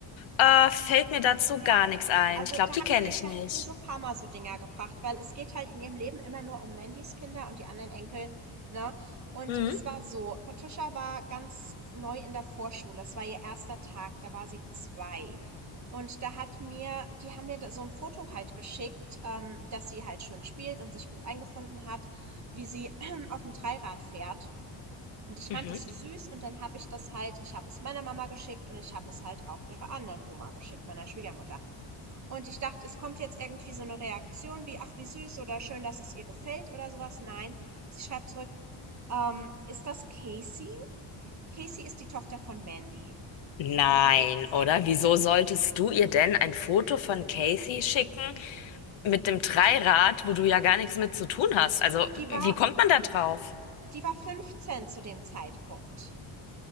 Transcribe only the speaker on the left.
äh, fällt mir dazu
gar nichts ein.
Ich glaube,
die
kenne
ich
nicht.
Mhm.
Mhm.
Nein,
oder? Wieso solltest du ihr denn ein Foto von Casey schicken? mit dem Dreirad, wo du ja gar nichts mit zu tun hast. Also,
wie
kommt man da drauf?